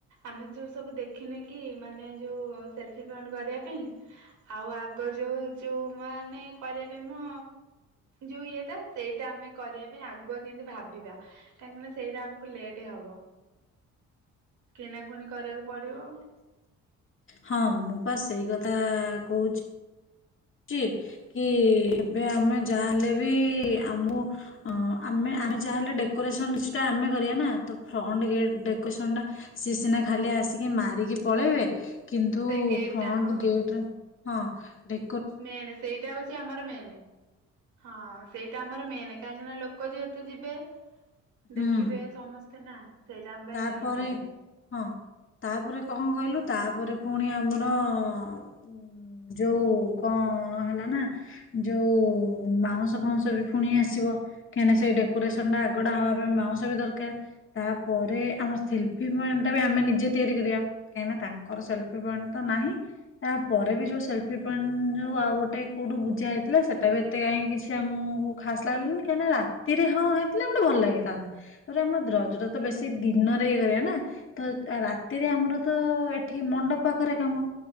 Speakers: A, on the right; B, on the left.
A: ଆମେ ଯେଉ ସବୁ ଦେଖିନେ କି ମାନେ ଯଉ ସେଲ୍ଫି ପେଣ୍ଟ କରିବା ପାଇଁ ଆଉ ଆଗ ଯୋଉ ଯୋଉମାନେ କରିବା ପାଇଁ ମୋ ଯଉ ଇଏଟା ସେଇଟା ଆମେ କରିବା ପାଇଁ ଆଗୁଆ କେମତି ଭାବିବା। କାହିଁକିନା ସେଇଟା ଆମକୁ ଲେଟ ହବ କିଣା ପୁଣି କରିବାକୁ ପଡିବ।
B: ହଁ ମୁଁ ପା ସେଇ କଥା କହୁଛି। ଛି କି ଏବେ ଆମେ ଯାହାହଲେ ବି ଆମକୁ ଆମେ ଯାହାହେଲେ ଡେକୋରେସନ କିଛିଟା ଆମେ କରିବା ନା ତ ଫ୍ରଣ୍ଟ ଗେଟ ଡେକୋରେସନ ଟା ସେ ସିନା ଖାଲି ଆସିକି ମାରିକି ପଳେଇବେ। କିନ୍ତୁ
A: ସେଇ ଗେଟ୍
B: ଫ୍ରଣ୍ଟ
A: ଟା ହଁ
B: ଗେଟ୍ ହଁ ଡେ
A: ମେନ୍ ସେଇଟା ହଉଛି ଆମର ମେନ୍ ହଁ ସେଇଟା ଆମର ମେନ୍ କାହିଁକି ନା ଲୋକ ଯେହେତୁ ଯିବେ
B: ହୁଁ
A: ଦେଖିବେ ସମସ୍ତେ ନା ସେଇଟା ଆମ ପାଇଁ
B: ତାପରେ
A: ମେନ୍।
B: ହଁ ତାପରେ କଣ କହିଲୁ ତାପରେ ପୁଣି ଆମର ଉ ଯୋଉ କଣ ହେଲା ନା ଯୋଉ ବାଉଁଶ ଫାଉଁଶ ବି ପୁଣି ଆସିବ କାହିଁନା ସେଇ ଡେକୋରେସନ ଟା ଆଗଡା ହବା ପାଇଁ ବାଉଁଶ ବି ଦରକାର ତା ପରେ ଆମର ସେଲଫି ପଏଣ୍ଟ ଟା ବି ଆମେ ନିଜେ ତିଆରି କରିବା କାହିଁକିନା ତାଙ୍କର ସେଲଫି ପଏଣ୍ଟ ତ ନାହିଁ ତାପରେ ବି ଯୋଉ ସେଲଫି ପଏଣ୍ଟ ଯୋଉ ଆଉ ଗୋଟେ କୋଉଠୁ ବୁଝା ହେଇଥିଲା ସେଟା ବି ଏତେ କାହିଁକି କିଛି ଆମକୁ ଖାସ ଲାଗିଲାନି କାହିଁକି ନା ରାତିରେ ହଁ ହେଇଥିଲା ଗୋଟେ ଭଲ ଲାଗିଥାନ୍ତା ତାପରେ ଆମେ ରଜ ତ
A: ହୁଁ
B: ବେଶୀ ଦିନରେ ଇଏ କରିବା ନା। ତ ରାତିରେ ଆମର ତ ଏଠି ମଣ୍ଡପ ପାଖରେ କାମ।